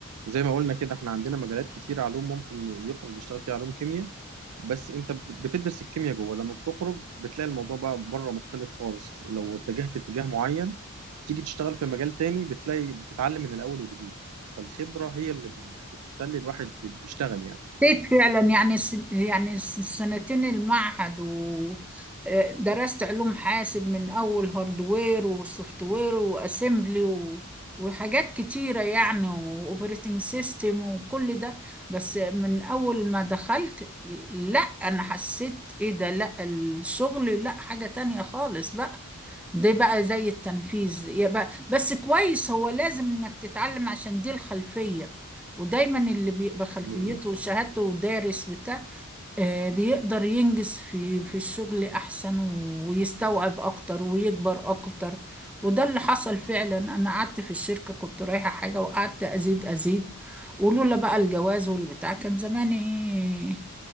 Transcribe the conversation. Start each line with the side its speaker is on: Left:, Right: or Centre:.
Right: زي ما قلنا كده احنا عندنا مجالات كتير علوم ممكن يخرج يشتغل فيها علوم كيمياء بس انت بت- بتدرس الكيمياء جوه لما بتخرج بتلاقي الموضوع بقى بره مختلف خالص لو اتجهت اتجاه معين تيجي تشتغل في مجال تاني بتلاقي بتتعلم من الاول وجديد فالخبرة هي اللي بتخلي الواحد بيشتغل يعني
Centre: حسيت فعلا يعني الس- يعني الس- السنتين المعهد ودرست علوم حاسب من اول هاردوير وسوفت وير واسمبلي و- وحاجات كتيره يعني واوبريتنج سيستم وكل ده بس من اول ما دخلت لا انا حسيت ايه ده لا الشغل لا حاجه تانية خالص بقى ده بقى زي التنفيذ يا بقى بس كويس هو لازم انك تتعلم عشان دي الخلفيه ودايما اللي بيبقى خلفيته
Right: فاهم قصدي؟
Centre: وشهادته ودارس بتاع آه، بيقدر ينجز في في الشغل احسن ويستوعب اكتر ويكبر اكتر وده اللي حصل فعلا انا قعدت في الشركة كنت رايحة حاجة وقعدت ازيد ازيد ولولا بقى الجواز والبتاع كان زماني إيه؟